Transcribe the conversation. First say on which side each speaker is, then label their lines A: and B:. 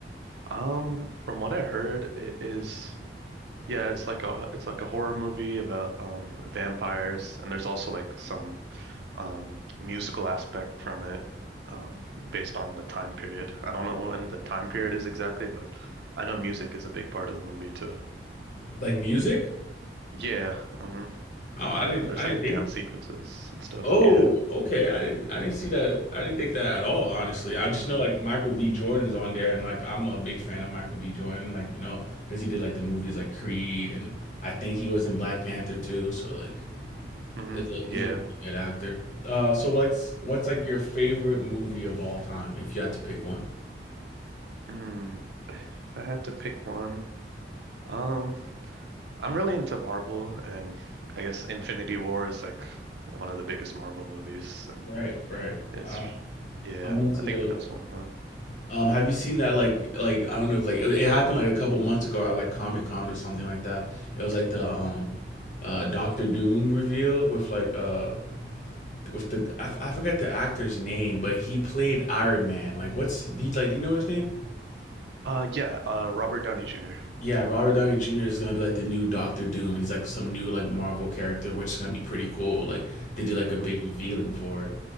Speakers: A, on the right (about 75°); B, on the left (about 45°).
A: Um from what I heard it is yeah, it's like a it's like a horror movie about um vampires and there's also like some um musical aspect from it um based on the time period. I don't know when the time period is exactly, but I know music is a big part of the movie too.
B: Like music?
A: Yeah, hmm
B: Oh, I didn't
A: There's
B: I
A: like
B: didn't think
A: dance sequences and stuff.
B: Oh,
A: Yeah.
B: okay. I didn't I didn't see that. I didn't think that at all, honestly. I just
A: hmm
B: know like Michael B. Jordan's on there and like I'm a big fan of Michael B. Jordan, like, you know, because he did like the movies like Creed and I think he was in Black Panther too, so like
A: hmm
B: there's a he's
A: Yeah.
B: a pretty good actor. Uh so what's what's like your favorite movie of all time if you had to pick one?
A: Mm. If I had to pick one, um, I'm really into Marvel, and I guess Infinity War is like one of the biggest Marvel movies, and
B: Right, right.
A: it's
B: Um,
A: yeah,
B: I'm into
A: I think
B: those.
A: that's one one.
B: Um, have you seen that like like I don't know if like it it happened like a couple months ago at like Comic Con or something like that. It was like the um uh Doctor Doom reveal with like uh with the I, f- I forgot the actor's name, but he played Iron Man. Like what's he like do you know his name?
A: Uh, yeah, uh, Robert Downey junior
B: Yeah, Robert Downey Jr. is gonna be like the new Doctor Doom, and he's like some new like Marvel character, which is gonna be pretty cool. Like they did like
A: Mm-hmm.
B: a big revealing for it